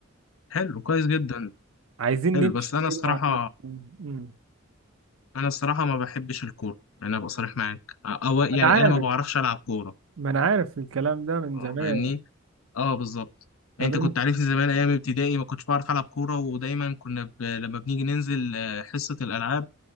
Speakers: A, on the left (about 80°); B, on the right (about 85°).
A: حلو كويس جدا
B: فعايزين
A: حلو
B: نمشي
A: بس انا
B: كده
A: الصراحه
B: على مم.
A: انا الصراحه ما بحبش الكوره يعني ابقى صريح معاك او يعني
B: انا عارف
A: انا ما بعرفش العب كوره
B: ما انا عارف الكلام ده من
A: آه،
B: زمان
A: فاهمني اه بالظبط
B: طب
A: يعني
B: انت
A: انت كنت عارفني زمان ايام ابتدائي ما كنتش بعرف العب كوره ودايما كنا ب... لما بنيجي ننزل آه، حصه الالعاب